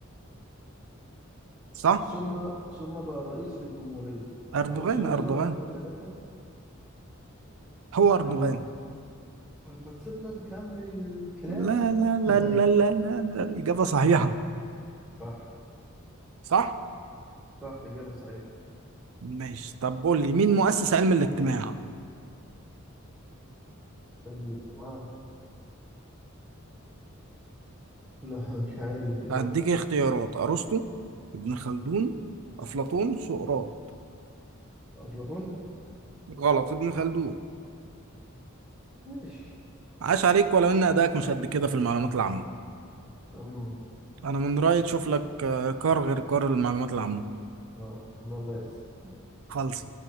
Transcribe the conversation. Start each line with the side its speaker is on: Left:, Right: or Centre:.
Right: صح
Centre: ثم ثم بقى رئيس للجمهورية
Right: اردوغان
Centre: كان رئيس وزراء
Right: اردوغان
Centre: 2003
Right: هو اردوغان
Centre: طيب طب ما تسيبنا نكمل الكلام
Right: لا لا
Centre: <laughs>
Right: لا لا لا لا لا إجابة صحيحة
Centre: صح
Right: صح؟
Centre: صح إجابة صحيحة
Right: ماشي طب قول لي مين مؤسس علم الاجتماع؟
Centre: علم الاجتماع لا مش عارف دي
Right: هديك
Centre: خالص
Right: اختيارات أرسطو ابن خلدون أفلاطون سقراط
Centre: أفلاطون
Right: غلط ابن خلدون
Centre: ماشي
Right: عاش عليك ولو إن أدائك مش قد كده في المعلومات العامة
Centre: أمم
Right: أنا من رأيي تشوف لك آه، كار غير كار المعلومات العامة
Centre: ما ما الله يحسن
Right: خلص